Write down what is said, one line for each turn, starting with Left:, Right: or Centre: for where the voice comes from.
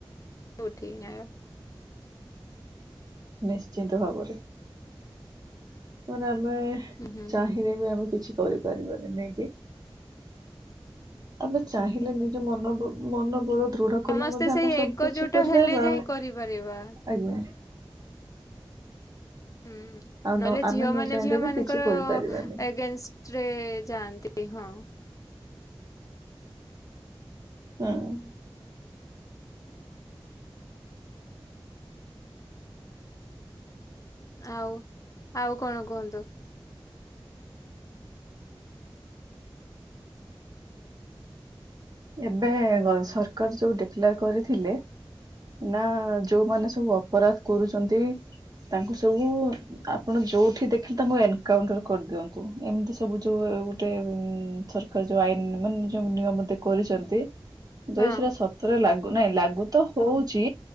Left: କୋଉଠି ନ୍ୟାୟ।
Right: ନିଶ୍ଚିିନ୍ତ ଭାବରେ। ଖରାବେ
Left: ଉଁ ହୁଁ
Right: ଥିପାଇଁ ବି ଆମେ କିଛି କରିପାରିବାନି ନାଇଁ କି? ଆମେ ଚାହିଁଲେ ନିଜ ମନ ମନବଳ ଦୃଢ କଲେ
Left: ସମସ୍ତେ
Right: ମଧ୍ୟ ଆମେ
Left: ସେଇ
Right: ସବୁ
Left: ଏକଜୋଟ
Right: କିଛି କରିପାରିବା
Left: ହେଲେ
Right: ଆଉ
Left: ଯାଇ କରିପାରିବା
Right: ଆଜ୍ଞା।
Left: ହୁଁ
Right: ଆଉ
Left: ନହେଲେ
Right: ନ ଆମେ
Left: ଝିଅମାନେ
Right: ନ ଚାହିଁଲେ
Left: ଝିଅମାନଙ୍କର
Right: ବି କିଛି କରିପାରିବାନି।
Left: ଏଗେନସ୍ ଟେ ରେ ଯାଆନ୍ତି ହଁ।
Right: ଉଁ
Left: ଆଉ ଆଉ କଣ କୁହନ୍ତୁ?
Right: ଏବେ ସରକାର ଯୋଉ ଡିକଲାର କରିଥିଲେ। ନା ଯୋଉମାନେ ସବୁ ଅପରାଧ କରୁଛନ୍ତି ତାଙ୍କୁ ସବୁ ଆପଣ ଯୋଉଠି ଦେଖି ତାଙ୍କୁ ଏନକାଉଣ୍ଟର କରିଦିଅନ୍ତୁ ଏମିତି ସବୁ ଯୋଉ ଗୋଟେ ଥର କ ଯୋଉ ଆଇନ ମାନେ ଯୋଉ ନିୟମ ଦେ କରିଚନ୍ତି ଯଦି
Left: ହଁ
Right: ସେଟା ସତରେ ଲାଗୁ ନାଇଁ ଲାଗୁ ତ ହଉଚି